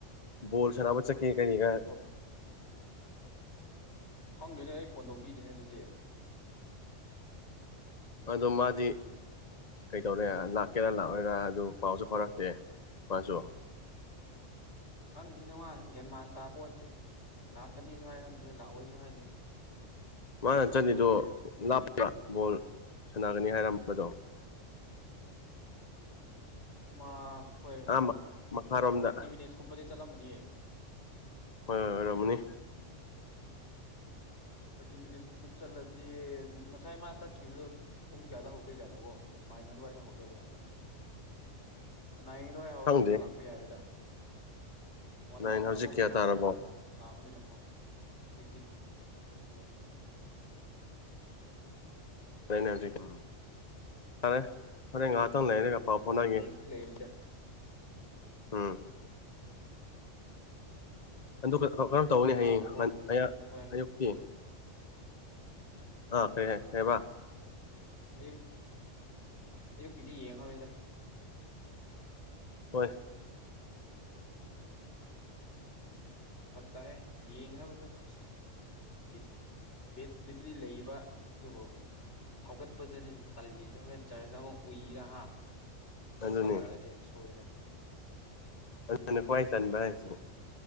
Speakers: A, on the left; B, on the left.
A: ꯕꯣꯜ ꯁꯥꯟꯅꯕ ꯆꯠꯈꯤ ꯀ ꯀꯔꯤꯒ
B: ꯑꯣ ꯈꯪꯗꯦꯅꯦ ꯑꯩ ꯐꯣꯟ ꯇꯧꯕꯤꯗꯦꯅꯦ ꯑꯗꯨꯗꯤ
A: ꯑꯗꯣ ꯃꯥꯗꯤ ꯀꯩꯗꯧꯔꯦ ꯂꯥꯛꯀꯦꯔꯥ ꯂꯥꯛꯑꯣꯏꯔꯥ ꯑꯗꯨ ꯄꯥꯎꯁꯨ ꯐꯔꯛꯇꯦ ꯃꯥꯁꯨ
B: ꯈꯪꯗꯦ ꯃꯥ ꯃ ꯦꯟ ꯃꯥꯟ ꯇꯥꯄꯣꯟꯗꯦ ꯂꯥꯛꯀꯅꯤꯁꯨ ꯍꯥꯏꯔꯝꯗꯦ ꯂꯥꯛꯑꯣꯏꯁꯨ ꯍꯥꯏꯗꯤ
A: ꯃꯥꯅ ꯆꯠꯂꯤꯗꯣ ꯂꯥꯞꯄ ꯕꯣꯜ ꯁꯥꯟꯅꯒꯅꯤ ꯍꯥꯏꯔꯝꯕꯗꯣ
B: ꯃꯥ ꯍꯣꯏ
A: ꯑꯥ ꯃꯈꯥꯔꯣꯝꯗ
B: ꯊꯥꯔꯇꯤ ꯃꯤꯅꯤꯠꯁ ꯀꯨꯝꯕꯗꯤ ꯆꯠꯂꯝꯕꯅꯤꯌꯦ
A: ꯍꯣꯏ ꯍꯣꯏ ꯑꯣꯏꯣꯔꯝꯃꯅꯤ
B: ꯊꯥꯔꯇꯤ ꯃꯤꯅꯤꯠ ꯃꯨꯛ ꯆꯠꯂꯗꯤ ꯉꯁꯥꯏ ꯃꯥ ꯆꯠꯈꯤꯕꯗꯣ ꯄꯨꯡ ꯀꯌꯥꯗ ꯍꯧꯗꯣꯏꯖꯥꯠꯂꯣꯕꯣ ꯃꯥꯏ ꯑꯗꯨꯋꯥꯏꯗ ꯍꯧꯖꯔ ꯌꯥꯥꯠꯂꯥ ꯅꯥꯌꯦꯡꯗꯣꯋꯥꯏꯍꯥꯎꯔꯗꯤ
A: ꯈꯪꯗꯦ
B: ꯍꯧꯖꯤꯛ ꯂꯥꯛꯄ ꯌꯥꯔꯦꯗ ꯋꯥꯟ
A: ꯅꯥꯏꯟ
B: ꯑꯋꯥꯔꯃꯨꯛ
A: ꯍꯧꯖꯤꯛ ꯀꯌꯥ
B: ꯁꯔ
A: ꯇꯥꯔꯕꯣ
B: ꯁꯕꯅꯤꯅꯀꯣ ꯍꯧꯖꯤꯛꯇꯤ ꯇꯦꯟ ꯍꯥꯏꯅ
A: ꯅꯦ ꯍꯧꯖꯤꯛ ꯎꯝ ꯐꯔꯦ ꯍꯣꯔꯦꯟ ꯉꯥꯏꯍꯥꯛꯇꯪ ꯂꯩꯔꯒ ꯄꯥꯎ ꯐꯥꯎꯅꯒꯦ
B: ꯂꯩꯗ
A: ꯎꯝ ꯑꯗꯨꯒ ꯀꯔꯝ ꯇꯧꯒꯅꯤ
B: ꯃꯥꯕꯨꯀꯣ
A: ꯍꯌꯦꯡ
B: ꯍꯣꯔꯦꯟ
A: ꯑꯌꯨꯛꯇꯤ ꯑꯥ ꯀꯩ ꯍꯥꯏꯦ ꯍꯥꯏꯕ
B: ꯑꯌꯨꯛ ꯑꯌꯨꯛꯀꯤꯗꯤ ꯌꯦꯡꯉꯔꯣꯏꯗ
A: ꯍꯣꯏ
B: ꯐꯛꯇꯑ ꯌꯦꯡꯂꯕꯁꯨ ꯑꯁ ꯕꯤꯠ ꯕꯤꯠꯕꯨꯗꯤ ꯂꯩꯕ ꯑꯗꯨꯕꯨ ꯍꯧꯒꯠꯄꯗꯨꯅꯅꯦ ꯇꯜꯂꯤꯁꯦ ꯍꯣꯔꯦꯟ ꯆꯔꯆ ꯑꯃꯛ ꯎꯏꯔ ꯇꯧꯈꯠꯂꯛꯑꯗꯤ
A: ꯑꯗꯨꯅꯤ
B: ꯁꯣꯏꯔꯦ
A: ꯑꯗꯨꯅ ꯈ꯭ꯋꯥꯏ ꯇꯟꯕ ꯍꯥꯏꯁꯦ